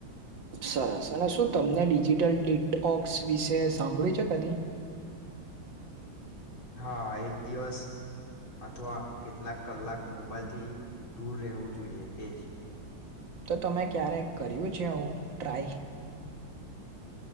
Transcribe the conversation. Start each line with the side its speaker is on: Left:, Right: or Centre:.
Right: સરસ અને શું તમને ડિજિટલ ડિટ ઓક્સ વિશે સાંભળ્યું છે કદી?
Left: હા, એક દિવસ અથવા કેટલાક કલાક મોબાઈલથી દૂર રહેવું જોઈએ તેજ.
Right: તો તમે ક્યારેક કર્યું છે આવું, ટ્રાય?